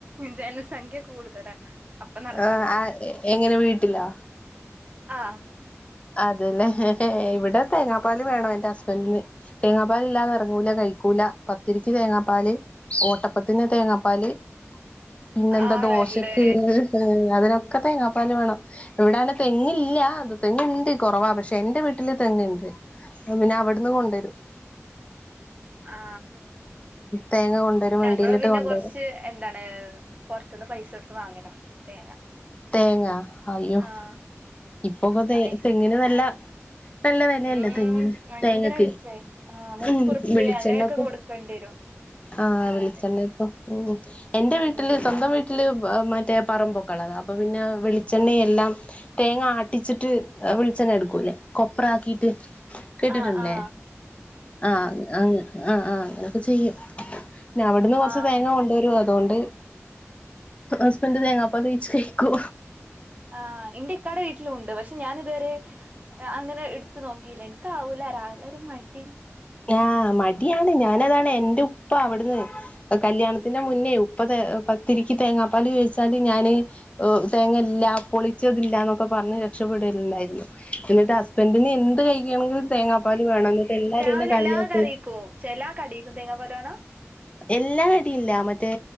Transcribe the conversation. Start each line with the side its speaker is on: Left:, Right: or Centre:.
Right: ജനസംഖ്യ കൂടുതല അപ്പം നടക്കൂല
Left: ആ എങ്ങനെ വീട്ടിലോ
Right: ആഹ്
Left: അതല്ലേ ഇവിടെ തേങ്ങാപ്പാല് വേണം എന്റെ ഹസ്ബന്റിന് തേങ്ങാപ്പാല് ഇല്ലാതെ എറങ്ങൂല കഴിക്കൂല പത്തിരിക്ക് തേങ്ങാപ്പാല് ഓട്ടപ്പത്തിന് തേ തേങ്ങാപ്പാല് പിന്നെന്താ
Right: ആണല്ലേ
Left: ദോശക്ക് ഏഹ് അതിനൊ ക്കെ തേങ്ങാപ്പാല് വേണം ഇവിടങ്ങനെ തെങ്ങ്ല്ല അത് തെങ്ങ്ണ്ട് <unintelligible> കൊറവാ പക്ഷെ എന്റെ വീട്ടില് തെങ്ങ്ണ്ട് പിന്നെ അവ്ടുന്ന് കൊണ്ട് രും
Right: ആ
Left: തേങ്ങ കൊണ്ടുവരും
Right: ഞങ്ങള്
Left: വണ്ടിയിലിട്ട്
Right: പിന്നെ
Left: കൊണ്ടുവരും
Right: കൊറച്ച്ത്ത് എന്താണ് പൊറത്ത്ന്ന് പൈസ ടുത്ത് വാങ്ങല തേങ്ങ
Left: തേങ്ങാ അയ്യോ
Right: ആഹ്
Left: ഇപ്പൊക്കെ തേ
Right: ഭയങ്കര
Left: തെങ്ങിന് നല്ല ഇപ്പല്ല വെലയല്ലെ
Right: ഉം
Left: തെങ്ങിന്
Right: ഭയങ്കര
Left: തേങ്ങക്ക്
Right: പൈസേ ആഹ് മുപ്പുറുപ്യ
Left: <unintelligible> വെളിച്ചെണ്ണക്കും
Right: അങ്ങനെയൊക്കെ കൊടുക്കേണ്ടി വരും
Left: ആഹ്
Right: കൊടുക്കലൊക്കെ
Left: വെളിച്ചെണ്ണക്കും ഉം എൻറെ വീട്ടില്
Right: ഉം
Left: സ്വന്തം വീട്ടില് വ മറ്റേ പറമ്പൊക്കെ ഒള്ളതാ അപ്പൊ പിന്നെ വെളിച്ചെണ്ണയെല്ലാം തേങ്ങ ആട്ടിച്ചിട്ട് ഇങ്ങനെ എടുക്കൂ ല്ലെ കൊപ്ര ആക്കീട്ട് കേട്ടിട്ടുല്ലേ
Right: ആഹ് ആഹ്
Left: ആഹ് ആഹ് ആ ആഹ് അങ്ങനെയൊക്കെ ചെയ്യും പിന്നെ അവിടുന്ന് കൊറച്ച്
Right: ആഹ്
Left: തേങ്ങ കൊണ്ട് വരും തോണ്ട് ഹസ്ബന്റ് തേങ്ങാപാലൊഴിച്ച് കഴിക്കൂ
Right: ആഹ് ഇന്റെ ഇക്കാടെ വീട്ടിലൂണ്ട് പക്ഷെ ഞാൻ ഇതുവരെ അങ്ങനെ എടുത്ത നോക്കിയില്ല എനിക്കാവൂലരാവി ലൊരു മടി
Left: ആഹ് മടിയാണ് ഞാന അതാണ് എന്റെ ഉപ്പ അവിടുന്ന് കല്യാണത്തിന്റെ മുന്നേ ഉപ്പത് പത്തിരിക്ക് തേങ്ങാപ്പാൽ ചോദിച്ചാല് ഞാന് തേങ്ങ ഇല്ല പൊളിച്ചതില്ല എന്നൊക്കെ പറഞ് രക്ഷപ്പെടലുണ്ടായിരുന്നു എന്നിട്ട് ഹസ്ബൻഡറിന് എന്ത് കഴിക്കുകണെങ്കും തേങ്ങാപ്പാല് വേണം എന്നിട്ട് എല്ലുരു
Right: രാവിലെ
Left: എന്നെ കളിയാക്കി
Right: എല്ലാ കറിക്കും ചേ എല്ലാ കടീക്കു തേങ്ങാ പാല് വേണ
Left: എല്ലാ കടിയില്ല മറ്റേ